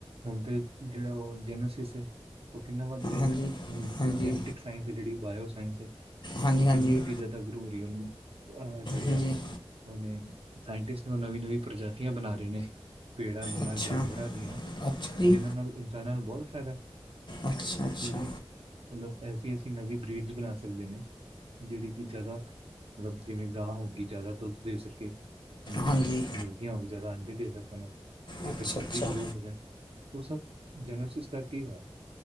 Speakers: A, on the right (about 75°); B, on the left (about 50°).
A: ਹੁਣ ਤੇ ਜਿਹੜਾ ਉਹ ਜੈਨੋਸਿਸ ਹੈ। ਉਹ ਕਿੰਨਾ ਵੱਧ ਰਿਹਾ
B: ਹਾਂਜੀ
A: ਹੈ।
B: ਹਾਂਜੀ
A: ਜੈਨੇਟਿਕ ਸਾਇੰਸ ਜਿਹੜੀ ਬਾਇਓ ਸਾਇੰਸ ਹੈ।
B: ਹਾਂਜੀ
A: ਉਹ
B: ਹਾਂਜੀ
A: ਕਿੰਨੇ ਅੱਗੇ ਜ਼ਿਆਦਾ ਗ੍ਰੋ ਹੋ ਰਹੀ ਹੈ। ਹੁਣ ਅਹ ਜਿਹੜੇ।
B: ਹਾਂਜੀ
A: ਉਹਨੇ ਸਾਇੰਟਿਸਟ ਉਹ ਨਵੀਂ ਨਵੀਂ ਪ੍ਰਜਾਤੀਆਂ ਬਣਾ ਰਹੇ ਨੇ। ਪੇੜਾਂ ਦੀਆਂ,
B: ਅੱਛਾ
A: ਜਾਨਵਰਾਂ ਦੀਆਂ,
B: ਅੱਛਾ ਜੀ
A: ਜਿਹਨਾਂ ਨਾਲ ਇਨਸਾਨਾਂ ਨੂੰ ਬਹੁਤ ਫਾਇਦਾ ਹੈ।
B: ਅੱਛਾ ਅੱਛਾ
A: ਜਿਹੜੀ ਮਤਲਬ ਐਸੀ ਐਸੀ ਨਵੀਂ ਬ੍ਰਿਡ ਬਣਾ ਸਕਦੇ ਨੇ। ਜਿਹੜੀ ਕਿ ਜ਼ਿਆਦਾ ਮਤਲਬ ਜਿਵੇਂ ਗਾਂ ਹੋ ਗਈ ਜ਼ਿਆਦਾ ਦੁੱਧ ਦੇ ਸਕੇ। ਮਤਲਬ ਜਿਵੇਂ
B: ਹਾਂਜੀ
A: ਮੁਰਗੀਆਂ ਹੋਣ ਜ਼ਿਆਦਾ ਅੰਡੇ ਦੇ ਸਕਣ ਜਾਂ
B: ਅੱਛਾ
A: ਫਿਰ ਜਲਦੀ
B: ਅੱਛਾ
A: ਗਰੋ ਹੋ ਜਾਣ। ਉਹ ਸਭ ਜੈਨੋਸਿਸ ਕਰਕੇ ਹੈ।